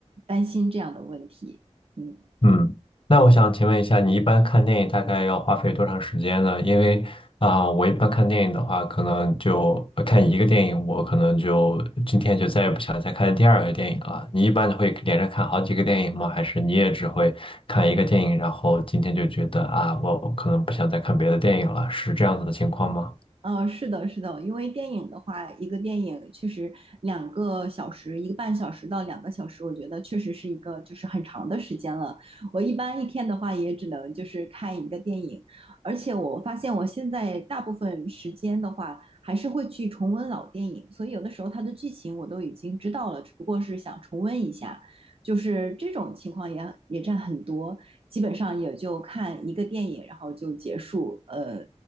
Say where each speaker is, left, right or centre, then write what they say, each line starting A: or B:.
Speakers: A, on the right; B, on the left.
A: 担心这样的问题，嗯。
B: 嗯，那我想请问一下，你一般看电影大概要花费多长时间呢？因为啊、我一般看电影的话，可能就呃看一个电影，我可能就今天就再也不想再看第二个电影了。你一般会连着看好几个电影吗？还是你也只会看一个电影，然后今天就觉得啊，我我可能不想再看别的电影了，是这样子的情况吗？
A: 嗯，是的，是的，因为电影的话，一个电影确实两个小时，一个半小时到两个小时，我觉得确实是一个就是很长的时间了。我一般一天的话，也只能就是看一个电影，而且我发现我现在大部分时间的话，还是会去重温老电影，所以有的时候它的剧情我都已经知道了，只不过是想重温一下，就是这种情况也也占很多，基本上也就看一个电影，然后就结束，呃，